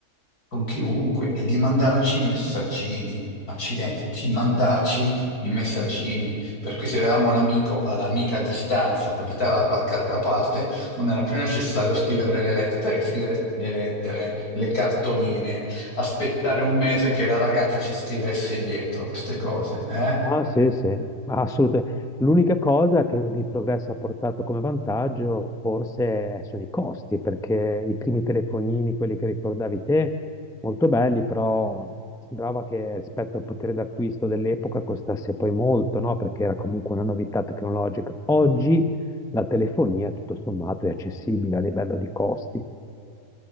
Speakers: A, on the left; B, in the centre.
A: con chiunque e di mandarci i messaggini, accidenti, di mandarci i messaggini. Per cui se avevamo l'amico all'amica a distanza che abitava da qualche altra parte, non era più necessario scrivere le lettere, sai, scrivere le lettere, le cartoline, aspettare un mese che la ragazza ci scrivesse dietro, queste cose, eh?
B: Ah, sì, sì, assolutamente. L'unica cosa che il progresso ha portato come vantaggio forse eh, sono i costi, perché i primi telefonini, quelli che ricordavi te, molto belli, però sembrava che rispetto al potere d'acquisto dell'epoca costasse poi molto, no? Perché era comunque una novità tecnologica. Oggi la telefonia, tutto sommato, è accessibile a livello di costi.